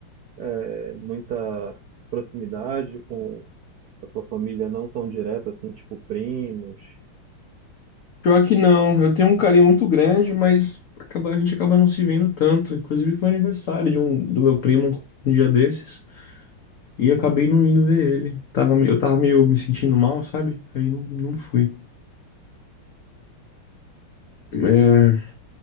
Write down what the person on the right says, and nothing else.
é, muita proximidade com a tua família não tão direta, assim, tipo primos.